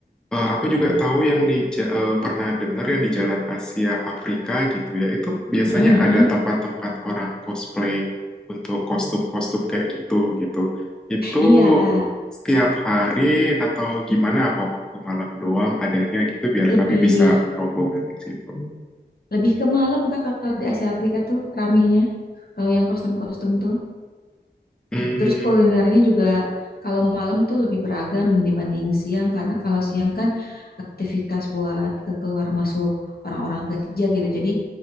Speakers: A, in the centre; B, on the left (about 60°).
A: Eh, aku juga
B: Mm.
A: tahu yang di Ja- eh, pernah dengar yang di Jalan Asia Afrika gitu ya. Itu biasanya
B: Mm-mm.
A: ada tempat-tempat orang cosplay untuk kostum-kostum kayak gitu gitu. Itu
B: Iya, Kak.
A: setiap hari atau gimana apa waktu malam doang adanya gitu biar
B: Lebih
A: kami bisa rombongan di situ.
B: Lebih ke malam Kak kalau di Asia Afrika tuh ramenya. Kalau yang kostum-kostum tuh.
A: Hmm,
B: Terus kulinernya juga kalau malam tuh lebih beragam dibanding siang karena kalau siang kan aktivitas buat eh, keluar masuk orang-orang kerja gitu. Jadi